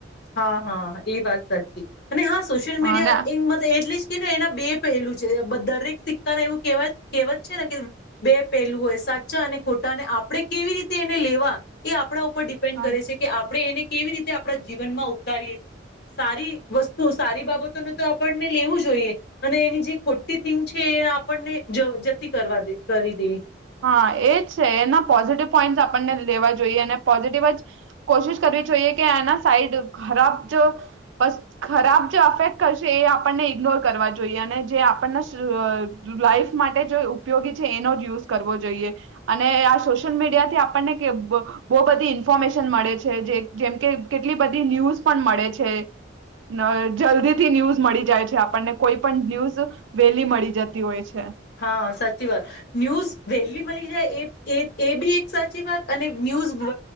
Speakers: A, on the left (about 55°); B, on the right (about 80°).
A: હા હા એ વાત સાચી અને હા સોશિયલ
B: હ
A: મીડિયા
B: અને
A: એ મત એટલી જ કે એના બે પહેલું છે દરેક સિક્કા ના એવું કેવા કહેવાત છે ને કે બે પહેલું હોય સાચા અને ખોટા અને આપણે કેવી રીતે એને લેવા એ આપણા ઉપ પર ડિપેન્ડ
B: હા
A: કરે છે કે આપણે એને કેવી રીતે આપડા જીવનમાં ઉતારીએ છીએ સારી વસ્તુ સારી બાબતોને તો આપણને લેવું જોઈએ અને એની જે ખોટી થિંગ છે એ આપણને જવ જતી કરવા કરી દે
B: હા એજ છે એના પોઝિટિવ પોઈન્ટ આપણને લેવા જોઈએ અને પોઝિટિવ જ કોશિશ કરવી જોઈએ કે આના સાઈડ ખરાબ જ ખરાબ જે અફેક્ટ કરશે એ આપણને ઇગ્નોર કરવા જોઈએ અને જે આપણને લાાઈફ માટે જે ઉપયોગી છે એનો જ યુઝ કરવ જોઈએ અને આ સોશિલ મીડિયા થી આપણને બહુ બધી ઇન્ફોર્મેશન મળે છે જે જેમ કે કેટલી બધી ન્યૂઝ પણ મળે છે નં જલ્દીથી ન્યૂઝ મળી જાય છે આપણને કોઈ પણ ન્યૂઝ વેલી મળી જતી હોય છે
A: હા સાચી વાત ન્યુઝ વહેલી મળી જાય એ એ એ બી એક સાચી વાત અને ન્યૂઝ વ